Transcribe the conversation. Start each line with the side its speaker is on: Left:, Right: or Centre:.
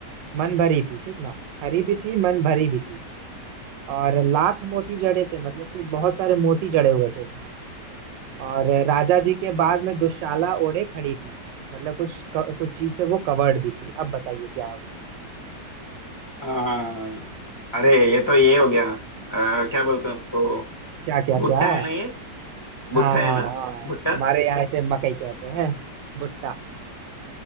Right: मन भरी थी ठीक ना हरी भी थी मन भरी भी थी और लाख मोती जड़े थे मतलब कि बहुत सारे मोती जड़े हुए थे उसमें और राजा जी के बाग में दुशाला ओढ़े खड़ी थी मतलब कुछ कुछ चीज से वो कवर्ड भी थी अब बताइए क्या है वो
Left: हाँ हाँ, हाँ। अरे ये तो ये हो गया आ, क्या बोलते हैं उसको
Right: क्या क्या
Left: भुट्टा
Right: क्या
Left: है ना ये भुट्टा
Right: हाँ
Left: है ना
Right: हाँ
Left: भुट्टा
Right: हमारे यहाँ इसे मकई कहते हैं भुट्टा